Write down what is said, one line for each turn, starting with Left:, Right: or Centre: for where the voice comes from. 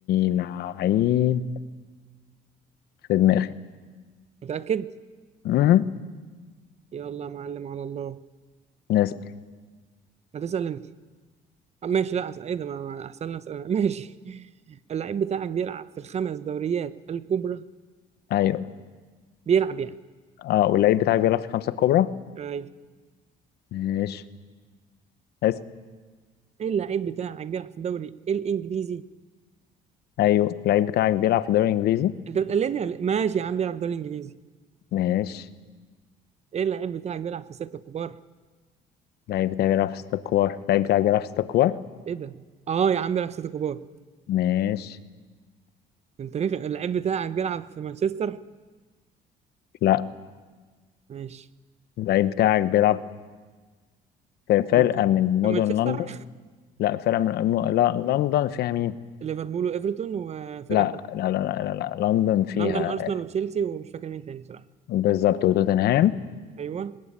Left: لعيب في دماغي
Right: متأكد
Left: مهم.
Right: يلا يا معلم على الله
Left: نسأل
Right: هتسأل أنت آه ماشي لا أسأل إيه ده ما ما- أحسن لي أسأل أنا. <laughs> ماشي اللعيب بتاعك بيلعب في الخمس دوريات الكبرى
Left: ايوه
Right: بيلعب يعني
Left: اه واللعيب بتاعك بيلعب في الخمسة الكبرى
Right: أيوة
Left: ماشي اسم
Right: اللعيب بتاعك بيلعب في الدوري الإنجليزي
Left: ايوه اللعيب بتاعك بيلعب في الدوري الانجليزي
Right: أنت بتقلدني ولا إيه؟ ماشي يا عم بيلعب في الدوري الإنجليزي
Left: ماشي
Right: ايه اللعيب بتاعك بيلعب في الستة الكبار
Left: اللعيب بتاعك بيلعب في ستة كبار اللعيب بتاعك بيلعب في ستة كبار
Right: ايه ده اه يا عم بيلعب في سيتي كبار
Left: ماشي
Right: انت ريخ اللعيب بتاعك بيلعب في مانشستر
Left: لا
Right: ماشي
Left: اللعيب بتاعك بيلعب في فرقة
Right: مانشستر-
Left: من مدن
Right: في مانشستر
Left: لندن لا فرقة من الم- لا لندن فيها مين
Right: <laughs> ليفربول وايفرتون وفرقه
Left: لا
Right: تالتة.
Left: لا لا لا لا, لا. لندن فيها
Right: لندن ارسنال
Left: آه،
Right: وتشيلسي ومش فاكر مين تاني بصراحه
Left: بالظبط وتوتنهام
Right: ايوه